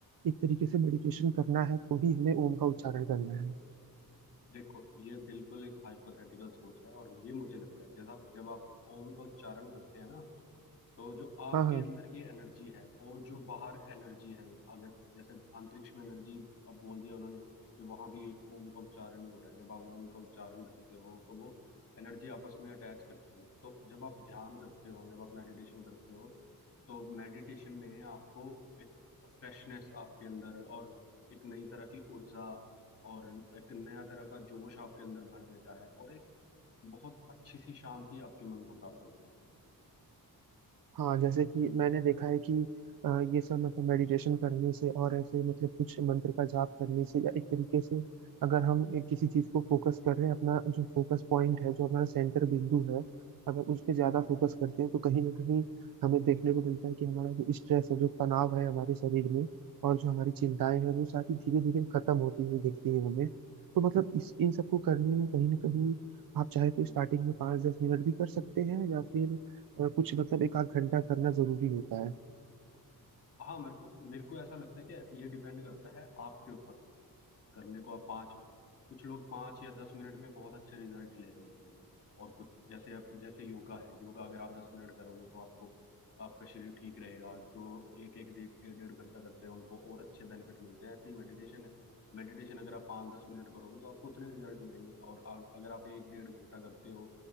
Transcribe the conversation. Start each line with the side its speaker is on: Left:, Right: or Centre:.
Right: एक तरीके से मेडिटेशन करना है तो ही हमें ओम का उच्चारण करना है
Left: देखो ये बिल्कुल एक हाइपोथेटिकल सोच है और ये मुझे लगता है जैसा जब आप ओम का उच्चारण करते हैं ना तो जो आपके
Right: हाँ हाँ
Left: अंदर की एनर्जी है और जो बाहर एनर्जी है अगर जैसे अंतरिक्ष में एनर्जी अब बोल दिया उन्होंने कि वहां भी एक ओम का उच्चारण ही हो रहा है जब आप ओम का उच्चारण करते हो तो वो एनर्जी आपस में अटैच करती है तो जब आप ध्यान करते हो जब आप मेडिटेशन करते हो तो मेडिटेशन में आपको एक फ्रेशनेस आपके अंदर और एक नई तरह की ऊर्जा और एक नया तरह का जोश आपके अंदर भर देता है और एक बहुत अच्छी सी शांति आपके मन को प्राप्त होती है
Right: हाँ जैसे कि मैंने देखा है कि अ, ये सब मतलब मेडिटेशन करने से और ऐसे मतलब कुछ मंत्र का जाप करने से या एक तरीके से अगर हम एक किसी चीज को फोकस कर रहे हैं अपना जो फोकस पॉइंट है जो हमारा सेंटर बिंदु है अगर उस पे ज्यादा फोकस करते हैं तो कहीं ना कहीं हमें देखने को मिलता है कि हमारा जो स्ट्रेस है जो तनाव है हमारे शरीर में और जो हमारी चिंताएं हैं वो सारी धीरे धीरे खत्म होती हुई दिखती है हमें तो मतलब इस इन सबको करने में कहीं ना कहीं आप चाहे तो स्टार्टिंग में पाँच दस मिनट भी कर सकते हैं या फिर अ, कुछ मतलब एक आध घंटा करना जरूरी होता है
Left: हाँ मेरे को मेरे को ऐसा लगता है कि ये डिपेंड करता है आपके ऊपर करने को आप पाँच कुछ लोग पाँच या दस मिनट में बहुत अच्छे रिजल्ट ले रहे हैं और कुछ जैसे आप जैसे योगा है योगा अगर आप दस मिनट करोगे तो आपको आपका शरीर ठीक रहेगा जो एक एक डेढ़ डेढ़ डेढ़ घंटा करते हैं उनको और अच्छे बेनिफिट मिलते हैं ऐसे ही मेडिटेशन है मेडिटेशन अगर आप पाँच दस मिनट करोगे तो आपको उतने रिजल्ट मिलेंगे और आ, अगर आप एक डेढ़ घंटा करते हो